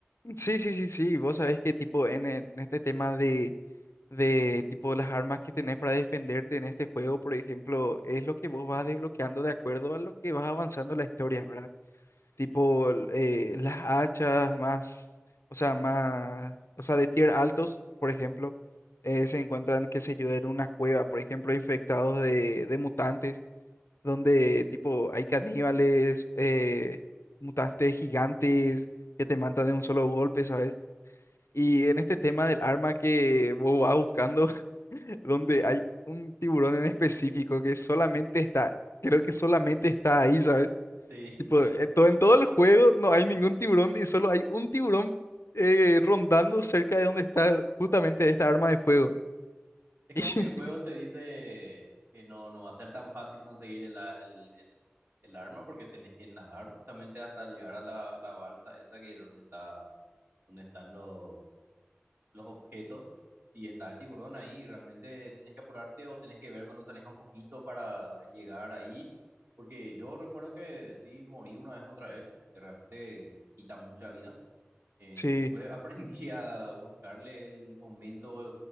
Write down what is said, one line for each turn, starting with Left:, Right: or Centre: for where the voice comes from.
Left: sí, sí, sí, sí, vos sabés que tipo en, en este tema de de tipo las armas que tenés para defenderte en este juego, por ejemplo, es lo que vos vas desbloqueando de acuerdo a lo que vas avanzando en la historia, ¿verdad? Tipo l- eh, las hachas más, o sea, más, o sea, de tier altos, por ejemplo, eh, se encuentran, qué sé yo, en una cueva, por ejemplo, infectados de, de mutantes, donde tipo hay caníbales, eh, mutantes gigantes que te matan de un solo golpe, ¿sabes? Y en este tema del arma que vos vas buscando, <laughs> donde hay un tiburón en específico que solamente está, creo que solamente está ahí, ¿sabes?
Right: Sí,
Left: Tipo,
Right: <laughs>
Left: Sí. en todo, en todo el juego no hay ningún tiburón y solo hay un tiburón eh, rondando cerca de donde está justamente esta arma de fuego.
Right: es como
Left: <laughs>
Right: que el juego te dice que no, no va a ser tan fácil conseguir el, a- el, el- el arma porque tenés que nadar justamente hasta llegar a la, la balsa esa que es donde está, donde están los... los objetos y está el tiburón ahí. Realmente tenés que apurarte o tenés que ver cuando se aleja un poquito para llegar ahí. Porque yo recuerdo que sí morí una vez contra él, que realmente quita mucha vida. eh,
Left: Y sí,
Right: y después <laughs> aprendí a buscarle el momento